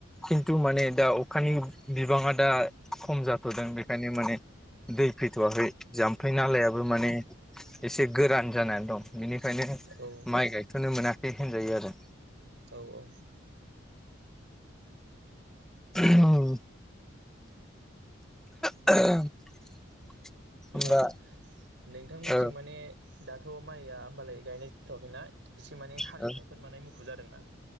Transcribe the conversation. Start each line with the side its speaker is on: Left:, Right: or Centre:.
Centre: खिन्थु माने दा अखानि बिबाङा दा खम जाथ'दों बे खायनो माने दै फैथ'वाखै जाम्फै नालायाबो माने एसे गोरान जानानै दं बेनि खायनो
Right: औ
Centre: माइ गायथ'नो मोना खै होनजायो आरो।
Right: औ औ
Centre: उम <unintelligible> होमबा
Right: बा नों थांमोनथिं
Centre: ओ
Right: माने दाथ' माइया होमबालाय गायनाय जाथ'वाखैना? एसे माने हालेवनायफोर
Centre: औ
Right: माने मु खु जादों ना?